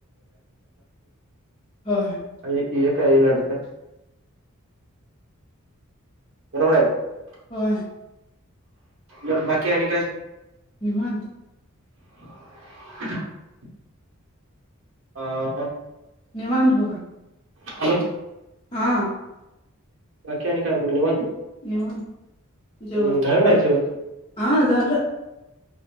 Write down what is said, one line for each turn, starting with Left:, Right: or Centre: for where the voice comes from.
Left: होय
Right: आणि एक काय ही लढतर. <unintelligible>
Left: होय.
Right: मग बाकी आनी काय.
Left: निवांत.
Right: <unintelligible> हा हा.
Left: निवांत बघा.
Right: हॅलो.
Left: हां.
Right: बाकी आणि काय मग निवांत
Left: येवून जेवलात
Right: हम्म झालं नाही जेवण
Left: हा झालं.